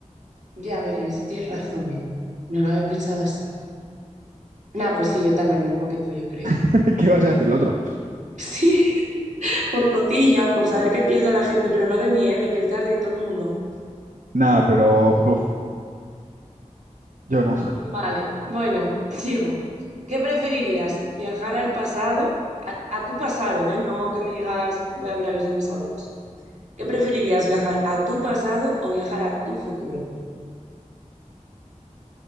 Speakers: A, on the right; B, on the right.
A: Ya, a ver, en eso tienes razón, ¿eh? No lo había pensado así. Nah, pues sí, yo también, lo mismo que tú, yo creo. <laughs>
B: <laughs> ¿Qué vas a decir lo otro?
A: Sí, por cotilla, por saber qué piensa la gente, pero no de mí, ¿eh? De pensar de todo el mundo.
B: Nada, pero uf, yo no.
A: Vale, bueno, sigo. ¿Qué preferirías? ¿Viajar al pasado? A, a tu pasado, ¿eh? No que me digas, voy a ver a los dinosaurios. ¿Qué preferirías? ¿Viajar a tu pasado o viajar a tu futuro?